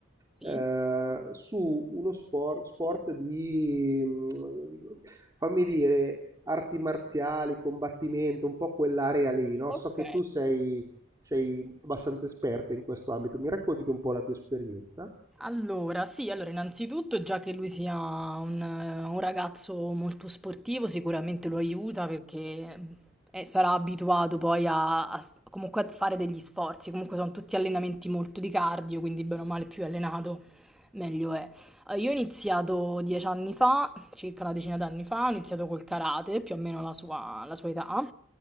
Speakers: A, in the centre; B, on the right.
A: Sì.
B: eh, su uno sport, sport di, mh, di- fammi dire, arti marziali, combattimento, un po' quell'area lì, no?
A: Ok.
B: So che tu sei, sei abbastanza esperta in questo ambito, mi racconti un po' la tua esperienza?
A: Allora, sì, allora innanzitutto già che lui sia un, eh, un ragazzo molto sportivo, sicuramente lo aiuta perché mm, eh, sarà abituato poi a, a s- comunque a fare degli sforzi, comunque sono tutti allenamenti molto di cardio, quindi bene o male più è allenato, meglio è. Eh, Io ho iniziato dieci anni fa, circa una decina d'anni fa, ho iniziato col karate, più o meno la sua, la sua età,